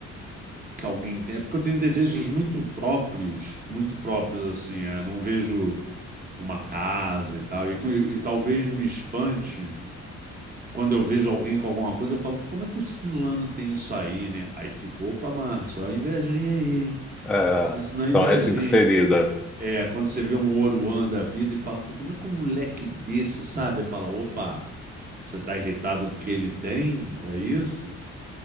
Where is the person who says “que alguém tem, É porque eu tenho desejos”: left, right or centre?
Right